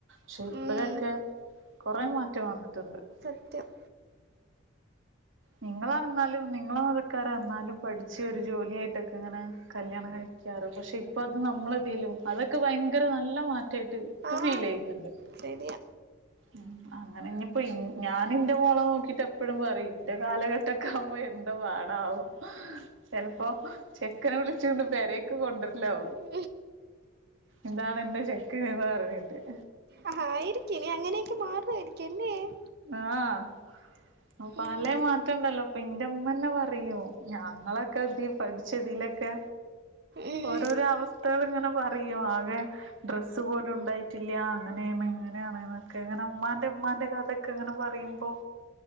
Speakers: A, on the right; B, on the right.
A: ച്ചു ഇപ്പോഴൊക്കെ
B: ഉം
A: കൊറെ മാറ്റം വന്നിട്ടുണ്ട്-
B: ത്യം-
A: നിങ്ങളന്നാലും നിങ്ങളെ മതക്കാരന്നാലും പഠിച്ച് ഒരു ജോലിയയി- ട്ടെക്കെ ഇങ്ങനെ കല്യാണം കഴിക്കാറ് പക്ഷെ ഇപ്പൊ അത് നമ്മലതിലും അതൊക്കെ ഭയങ്കര നല്ല മാറ്റം- എടക്
B: ആഹ്
A: ഫീൽയ്യുന്നുണ്ട്-
B: ശരിയാ
A: ഉം അങ്ങനെ ഇനിപ്പോ ഞാനിൻന്റെ മോളെനോക്കിട്ട് എപ്പഴും പറയും- എന്റെ കാലഘട്ടൊക്കെ ആകുമ്പോ എന്ത പാടാകും ചെലപ്പോ- ചെക്കനെ വിളിചോണ്ട് പെരേക്ക കൊണ്ടരും- ല്ലോ
B: ഉം
A: ഇതാണ് എന്റെ ചെക്കനന്ന്റഞ്ഞിട്ട്-
B: ആഹ് ആയിരിക്കും ഇനി അങ്ങനെയൊക്കെ മാറു ആയിരിക്കും ല്ലെ-
A: ആഹ്‌ അപ്പ പലെ
B: ഉം
A: മാറ്റംണ്ടല്ലോ പ്പൊ ന്റെ ഉമ്മന്നെ പറയും ഞങ്ങളൊക്കെ- പഠിച്ചതിലൊക്കെ
B: ഉം
A: ഓരോരോ അവസ്ഥകൾ ഇങ്ങനെ പറയും ആകെ- ഡ്രസ്സ് പോലും ഉണ്ടായിട്ടില്ല അങ്ങനെയാണ് ഇങ്ങനെയാണ്ന്നൊക്കെ അങ്ങടെമ്മാന്റെഉമ്മാൻ്റെ കാലത്ത്- അതൊക്കെ അങ്ങനെ പറയുമ്പോ-